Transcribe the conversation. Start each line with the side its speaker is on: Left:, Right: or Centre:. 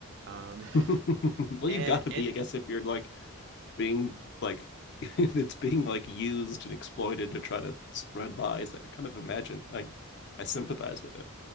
Right: Um,
Left: Well,
Right: <laughs> and
Left: you gotta be,
Right: and
Left: I guess, if you're like being like <laughs> it's being like used and exploited to try to spread lies. Like, I kind of imagine like I sympathize with it.